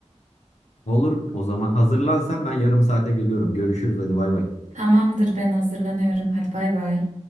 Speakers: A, on the left; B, on the right.
A: Olur o zaman hazırlan sen ben yarım saate geliyorum. Görüşürüz hadi bay bay.
B: Tamamdır ben hazırlanıyorum. Hadi bay bay.